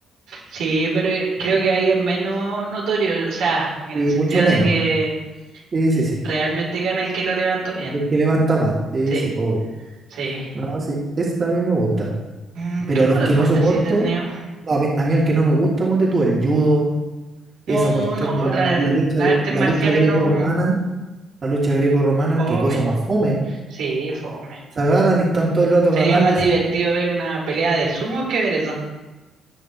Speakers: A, on the right; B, on the right.
A: Sí, pero eh, creo que ahí es menos notorio, o sea, en
B: Y
A: el sentido
B: mucho menos,
A: de que
B: po. Sí, sí, sí.
A: realmente gana el que lo levantó bien.
B: El que levanta más. Sí,
A: Sí,
B: sí, pobre.
A: sí.
B: No, sí. Eso también me gusta.
A: Mm,
B: Pero
A: ¿Qué otro
B: los
A: deporte
B: que no soporto,
A: así entretenido?
B: no, a mí, a mí el que no me gusta, ponte tú, el judo.
A: No,
B: Esa cuestión
A: no,
B: de la,
A: la-
B: la
A: las
B: lucha,
A: artes
B: la
A: marciales
B: lucha greco-romana,
A: no.
B: la lucha greco-romana,
A: Fome.
B: qué cosa más fome.
A: Sí, fome.
B: Se agarran y están todo el rato agarrando
A: Sería más
B: y
A: divertido
B: dicen,
A: ver una pelea de sumos que ver eso.